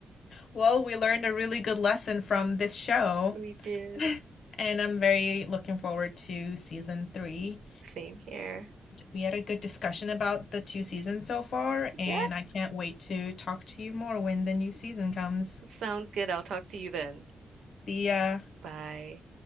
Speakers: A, on the left; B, on the right.
A: Well, we learned a really good lesson from this show.
B: We did.
A: <laughs> And I'm very looking forward to season three.
B: Same here.
A: We had a good discussion about the two seasons so far, and
B: Yeah,
A: I can't wait to talk to you more when the new season comes.
B: sounds good. I'll talk to you then.
A: See ya.
B: Bye.